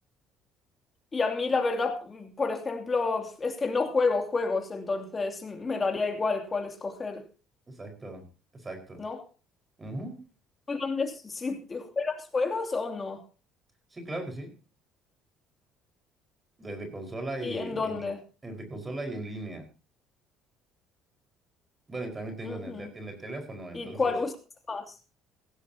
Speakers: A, on the left; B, on the right.
A: Y a mí, la verdad, mm, por ejemplo, es que no juego juegos, entonces mm, me daría igual cuál escoger,
B: Exacto, exacto.
A: ¿no?
B: Ujú.
A: ¿Tú dónde, si te juegas juegos o no?
B: Sí, claro que sí. De, de consola y,
A: ¿Y
B: y
A: en dónde?
B: en, li- eh, de consola y en línea. Bueno, y también tengo
A: Ujú.
B: en el, tel- en el teléfono, entonces,
A: ¿Y cuál usas más?